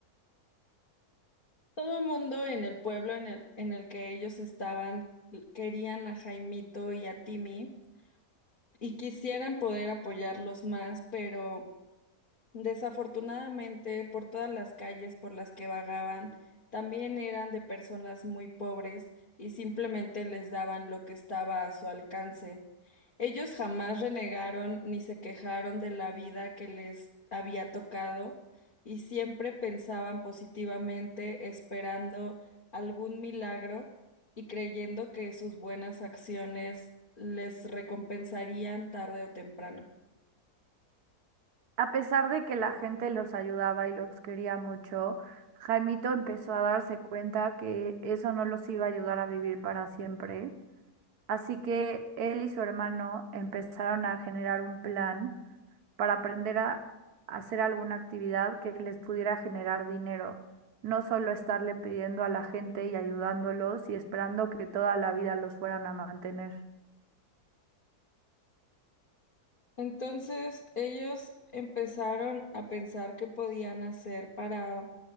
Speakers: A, on the left; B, on the right.
A: Todo el mundo en el pueblo en el, en el que ellos estaban querían a Jaimito y a Timmy y quisieran poder apoyarlos más, pero Desafortunadamente, por todas las calles por las que vagaban, también eran de personas muy pobres y simplemente les daban lo que estaba a su alcance. Ellos jamás renegaron ni se quejaron de la vida que les había tocado y siempre pensaban positivamente, esperando algún milagro y creyendo que sus buenas acciones les recompensarían tarde o temprano.
B: A pesar de que la gente los ayudaba y los quería mucho, Jaimito empezó a darse cuenta que eso no los iba a ayudar a vivir para siempre. Así que él y su hermano empezaron a generar un plan para aprender a hacer alguna actividad que les pudiera generar dinero, no solo estarle pidiendo a la gente y ayudándolos y esperando que toda la vida los fueran a mantener.
A: Entonces ellos empezaron a pensar qué podían hacer para